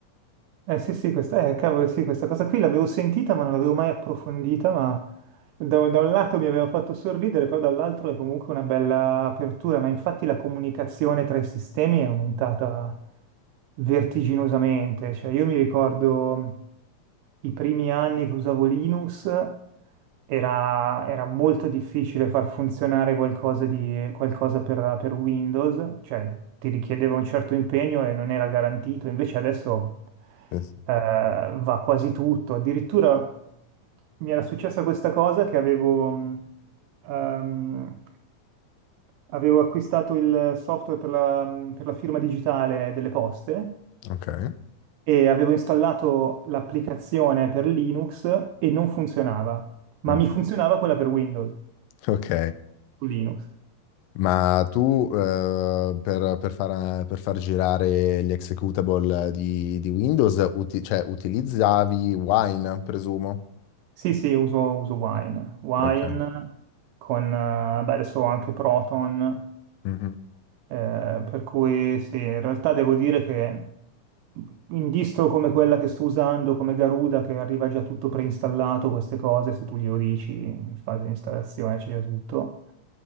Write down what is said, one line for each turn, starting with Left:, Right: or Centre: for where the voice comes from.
Right: Eh sì, sì, questa, eh, cavolo, sì, questa cosa qui l'avevo sentita, ma non l'avevo mai approfondita, ma da, da un lato mi aveva fatto sorridere, però dall'altro è comunque una bella apertura, ma infatti la comunicazione tra i sistemi è aumentata vertiginosamente. Cioè, io mi ricordo. i primi anni che usavo Linux era, era molto difficile far funzionare qualcosa, di, qualcosa per, per Windows, cioè ti richiedeva un certo impegno e non era garantito, invece adesso
Left: Eh,
Right: eh, va quasi tutto. Addirittura mi era successa questa cosa che avevo... mh, ehm, Avevo acquistato il software per la, per la firma digitale delle poste
Left: Ok.
Right: e avevo installato l'applicazione per Linux e non funzionava, ma
Left: Mm.
Right: mi <laughs> funzionava quella per Windows
Left: Ok.
Right: su Linux.
Left: Ma tu eh, per, per far, per far girare gli executable di, di Windows, uti- cioè, utilizzavi Wine, presumo?
Right: Sì, sì, uso, uso Wine. Wine
Left: Ok.
Right: con, eh, beh, adesso ho anche Proton.
Left: Mhm.
Right: Eh, per cui sì, in realtà devo dire che in distro come quella che sto usando, come Garuda, che arriva già tutto preinstallato, queste cose, se tu glielo dici in fase di installazione c'è già tutto.